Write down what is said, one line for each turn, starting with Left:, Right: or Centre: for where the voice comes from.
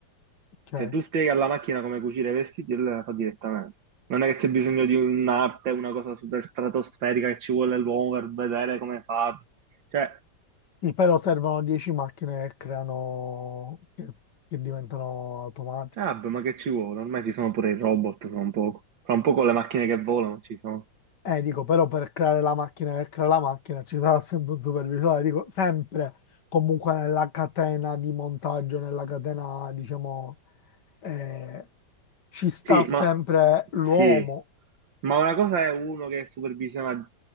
Left: Ok.
Right: Cioè, tu spieghi alla macchina come cucire i vestiti e lei la fa direttamente. Non è che c'è bisogno di un'arte, una cosa super stratosferica che ci vuole l'uomo per vedere come farlo. Cioè,
Left: Sì, però servono 10 macchine che creano, che che diventano automatiche.
Right: ah, beh, ma che ci vuole? Ormai ci sono pure i robot fra un poco. Fra un poco le macchine che volano ci sono.
Left: Eh, dico, però per creare la macchina, per creare la macchina ci sarà sempre un supervisore, Allora, dico, sempre comunque nella catena di montaggio, nella catena, diciamo, eh, ci sta
Right: Sì,
Left: sempre
Right: ma
Left: l'uomo.
Right: sì, ma una cosa è uno che supervisiona